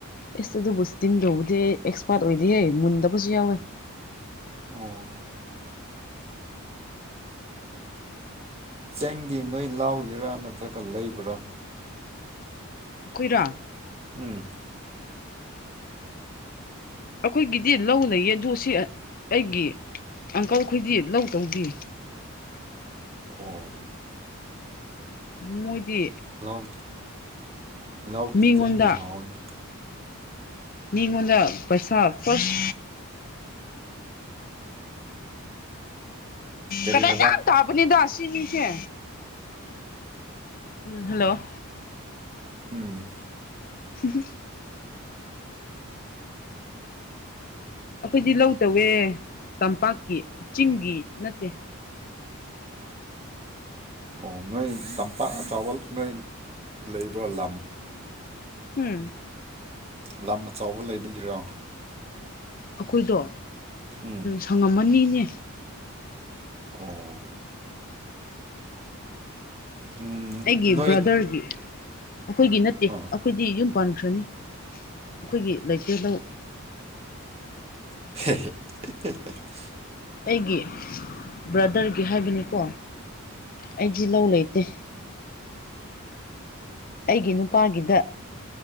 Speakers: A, on the left; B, on the right.
A: ꯑꯦꯁ ꯑꯗꯨꯕꯨ ꯏꯁꯇꯤꯝ ꯇꯕꯨꯗꯤ ꯑꯦꯛꯁꯄꯥꯔꯠ ꯑꯣꯏꯗꯤꯦꯍꯦ ꯃꯨꯟꯗꯕꯁꯨ ꯌꯥꯎꯋꯦ
B: ꯑꯣ ꯆꯦꯡꯗꯤ ꯅꯣꯏ ꯂꯥꯎꯒꯔꯥ ꯅꯠꯇ꯭ꯔꯒ ꯂꯩꯕ꯭ꯔꯥ
A: ꯀꯨꯏꯔꯥ
B: ꯎꯝ
A: ꯑꯩꯈꯣꯏꯒꯤꯗꯤ ꯂꯧ ꯂꯩꯩꯌꯦ ꯑ ꯑꯗꯨꯗꯣ ꯁꯤ ꯑꯩꯒꯤ ꯑꯪꯀꯜꯈꯣꯏꯗꯤ ꯂꯧ ꯇꯧꯗ
B: ꯑꯣ
A: ꯃꯣꯏꯗꯤ
B: ꯂꯧ ꯂꯧꯒꯤ
A: ꯃꯤꯉꯣꯟꯗ
B: ꯆꯦꯡꯗꯤ ꯍꯥꯎꯋꯤꯅꯦ
A: ꯅꯉꯣꯟꯗ ꯄꯩꯁꯥ ꯐꯁ
B: ꯀꯔꯤ
A: ꯀꯗꯥꯏ
B: ꯍꯥꯏꯕ
A: ꯌꯥꯝ ꯇꯥꯕꯅꯤꯗ ꯁꯤꯅꯤꯁꯦ ꯎꯝ ꯍꯜꯂꯣ
B: ꯎꯝ
A: ꯎꯝ ꯑꯩꯈꯣꯏꯗꯤ ꯂꯧ ꯇꯧꯋꯦ ꯇꯝꯄꯥꯛꯀꯤ ꯆꯤꯡꯒꯤ ꯅꯠꯇꯦ
B: ꯑꯣ ꯅꯣꯏ ꯇꯝꯄꯥꯛ ꯑꯆꯥꯕꯜ ꯅꯣꯏ ꯂꯩꯕ꯭ꯔ ꯂꯝ
A: ꯎꯝ
B: ꯂꯝ ꯑꯆꯕ ꯂꯩꯕꯒꯤꯔꯣ
A: ꯑꯩꯈꯣꯏꯗꯣ
B: ꯎꯝ
A: ꯁꯪꯉꯝꯃꯅꯤꯅꯦ
B: ꯑꯣ ꯎꯝ
A: ꯑꯩꯒꯤ
B: ꯅꯣꯏ
A: ꯕ꯭ꯔꯗꯔꯒꯤ ꯑꯩꯈꯣꯏꯒꯤ ꯅꯠꯇꯦ
B: ꯑꯥ
A: ꯑꯩꯈꯣꯏꯗꯤ ꯌꯨꯝ ꯄꯥꯟꯈ꯭ꯔꯅꯤ ꯑꯩꯈꯣꯏꯒꯤ ꯂꯩꯇꯦꯜꯗꯧ
B: <inaudible>
A: ꯑꯩꯒꯤ ꯕ꯭ꯔꯗꯔꯒꯤ ꯍꯥꯏꯕꯅꯤꯀꯣ ꯑꯩꯗꯤ ꯂꯧ ꯂꯩꯇꯦ ꯑꯩꯒꯤ ꯅꯨꯄꯥꯒꯤꯗ